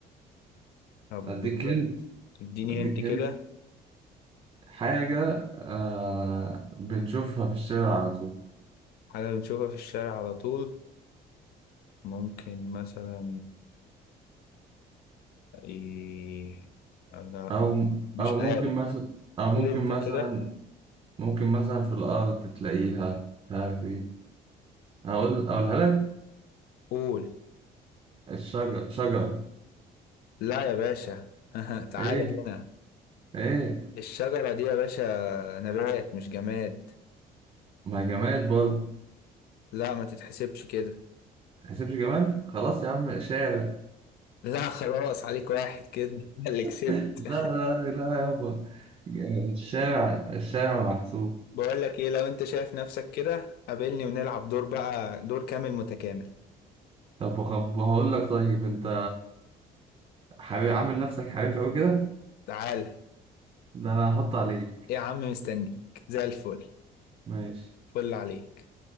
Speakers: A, on the left; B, on the right.
A: طب
B: اديك هنت
A: اديني
B: اديك
A: انت كده
B: هنت حاجة آه بنشوفها في الشارع على طول
A: حاجة بنشوفها في الشارع على طول ممكن مثلا آه، ايه لا
B: او
A: مش
B: او ممكن
A: عارف
B: مثلا او ممكن
A: قول انت
B: مثلا
A: كده
B: ممكن مثلا في الأرض تلاقيها مش عارف إيه أقول أقولها لك
A: قول
B: الشجر شجرة
A: لا يا باشا <laughs> تعالى
B: إيه
A: هنا
B: إيه
A: الشجرة دي يا باشا نبات مش جماد
B: ما جماد برضه
A: لا ما تتحسبش كده
B: تحسبش جماد خلاص يا عم شارع
A: لا خلاص عليك واحد كده <laughs> أنا اللي كسبت
B: <laughs> لا لا لا يابا الشارع الشارع محسوب
A: <laughs> بقول لك ايه لو انت شايف نفسك كده قابلني ونلعب دور بقى دور كامل متكامل
B: طب وخب- هقول لك طيب أنت حبيب عامل نفسك حريف أوي كده
A: تعالى
B: ده أنا هحط عليك
A: إيه يا عم مستنيك زي الفل
B: ماشي
A: فل عليك